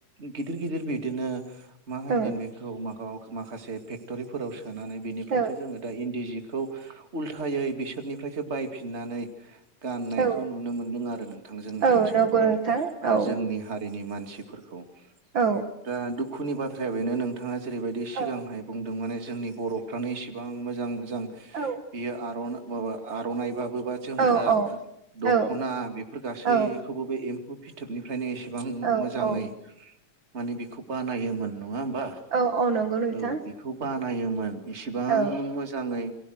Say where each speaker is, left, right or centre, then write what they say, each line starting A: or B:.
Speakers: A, on the right; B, on the right.
A: गिदिर गिदिर बिदिनो मा होनगोन
B: औ
A: बेखौ माबा माखासे फेक्टरिफोराव सोनानै बेनिफ्रायसो
B: औ
A: जोङो दा इन्दि जि खौ उल्थायै बिसोरनिफ्रायसो बायफिननानै गाननायखौ
B: औ
A: नुनो मोनदों आरो नोंथां जोंनि
B: औ
A: ओनसोलफोराव
B: नंगौ नोंथां
A: आरो
B: औ
A: जोंनि <unintelligible> मानसिफोरखौ
B: औ
A: दा दुखुनि बाथ्राया बेनो नोंथाङा। जेरैबायदि सिगांहाय
B: औ
A: बुंदों माने जोंनि बरफ्रानो इसिबां मोजां मोजां
B: औ
A: बियो आरना माबा आरनाइबाबो बा जोमग्रा
B: औ
A: दखना
B: औ
A: बेफोर गासैखौबो
B: औ
A: बे एम्फौ फिथोबनिफ्रायनो एसे बां
B: औ
A: मोजाङै
B: औ
A: माने बेखौ बानायोमोन नङा होम बा
B: औ नंगौ नोंथां
A: औ बेखौ बानायोमोन इसिबां
B: औ
A: मोजाङै